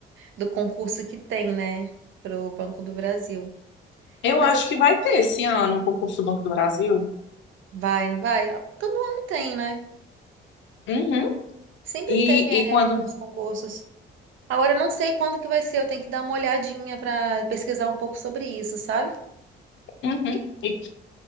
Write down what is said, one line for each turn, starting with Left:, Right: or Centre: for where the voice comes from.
Right: do concurso que tem, né? Pro Banco do Brasil.
Left: Eu
Right: Mas
Left: acho
Right: eu,
Left: que vai ter esse ano o concurso do Banco do Brasil.
Right: vai, não vai? Todo ano tem, né?
Left: Uhum.
Right: Sempre
Left: E,
Right: tem, é,
Left: e quando,
Right: os concursos. Agora eu não sei quando que vai ser, eu tenho que dar uma olhadinha pra pesquisar um pouco sobre isso, sabe?
Left: uhum. E